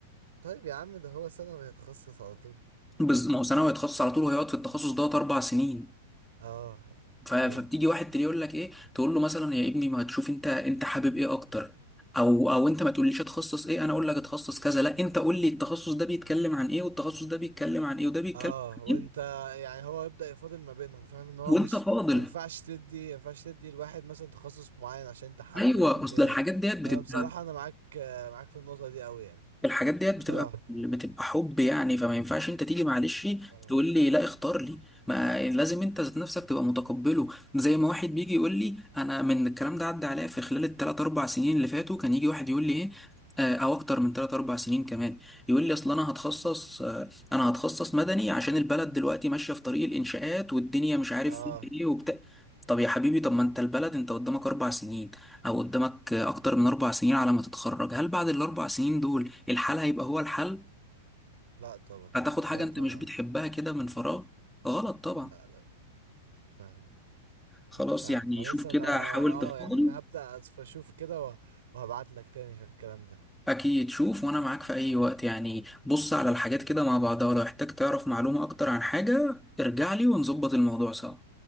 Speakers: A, on the right; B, in the centre.
A: طيب يا عم ده هو سنة ويتخصص على طول
B: بز... ما هو ثانوي هيتخصص على طول وهيقعد في التخصص دوت اربع سنين
A: اه
B: ف... فبتيجي
A: ايوه
B: واحد تلاقيه يقول لك ايه تقول له مثلا يا ابني ما تشوف انت انت حابب ايه اكتر او او انت ما تقوليش اتخصص ايه انا اقول لك اتخصص كذا لا انت قول لي التخصص ده بيتكلم عن ايه والتخصص ده بيتكلم عن ايه وده بيتكلم
A: اه
B: عن
A: وانت
B: ايه
A: يعني هو يبدأ يفاضل ما بينهم فاهم ان هو
B: وانت
A: مش
B: فاضل
A: ما ينفعش تدي ما ينفعش تدي الواحد مثلا تخصص معين عشان انت حابه
B: ايوه
A: او كده
B: اصل الحاجات ديت بتبقى
A: انا بصراحة انا معاك آه، معاك في النقطة دي قوي يعني
B: الحاجات ديت
A: بصراحة
B: بتبقى بتبقى حب يعني فما ينفعش انت تيجي معلش
A: اه
B: تقول لي لا اختار لي ما لازم انت ذات نفسك تبقى متقبله زي ما واحد بيجي يقول لي انا من الكلام ده عدى عليا في خلال الثلاث اربع سنين اللي فاتوا كان يجي واحد يقول لي ايه آه، او اكتر من ثلاث اربع سنين كمان يقول لي اصل انا هتخصص آه، انا هتخصص مدني عشان البلد دلوقتي ماشيه في طريق الانشاءات والدنيا مش عارف
A: اه
B: فيها ايه وبتاع طب يا حبيبي طب ما انت البلد انت قدامك اربع سنين او قدامك اكتر من اربع سنين على ما تتخرج هل بعد الاربع سنين دول الحل هيبقى هو الحل
A: لا طبعا
B: هتاخد حاجة
A: لا طبعا
B: انت مش بتحبها كده من فراغ غلط طبعا
A: لا لا فاهم
B: خلاص
A: فاهم
B: يعني
A: خلاص
B: شوف كده
A: انا
B: حاول
A: اه
B: تفاضل
A: يعني انا هبدأ أس- اشوف كده وهبعت لك تاني في الكلام ده
B: اكيد شوف وانا معاك في اي وقت يعني بص على الحاجات كده مع بعضها ولو احتاج تعرف معلومة اكتر عن حاجة ارجع لي ونظبط الموضوع سوا